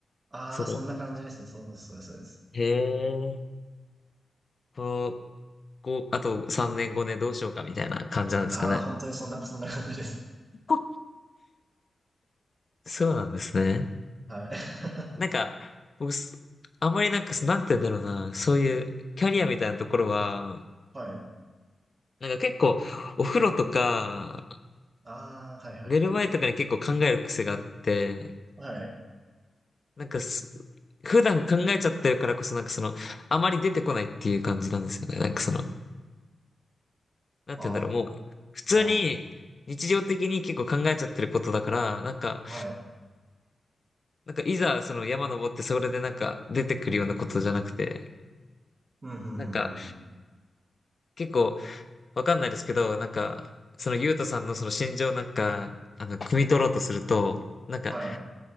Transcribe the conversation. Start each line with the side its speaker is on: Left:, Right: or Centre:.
Right: ああ、
Left: その、
Right: そんな感じですね。そうです、そうです、そうです。
Left: へえ。こうこう、あと3年5年どうしようかみたいな感じなんですかね。
Right: ああ、本当にそんな、<laughs> そんな感じです。
Left: こそうなんですね。
Right: はい。
Left: なんか、僕す、あんまりなんか、なんて言うんだろうな、そういうキャリアみたいなところは、
Right: <laughs> はい。
Left: なんか結構、お風呂とか、
Right: ああ、はい、はい、
Left: 寝る前とかに結構考える癖があって、
Right: はい。はい。
Left: なんかす、普段考えちゃってるからこそなんかその、あまり出てこないっていう感じなんですよね。なんかその、なんて言うんだろう、
Right: あ
Left: もう、普通に、
Right: あ、は
Left: 日常的に結構考えちゃってることだから、なんか、
Right: い。
Left: なんかいざその山登ってそれでなんか出てくるようなことじゃなくて、
Right: うん、うん、
Left: なんか
Right: うん、うん、うん。
Left: 結構わかんないですけど、なんかそのゆうとさんのその心情なんか、あの、汲み取ろうとすると、なんか
Right: はい、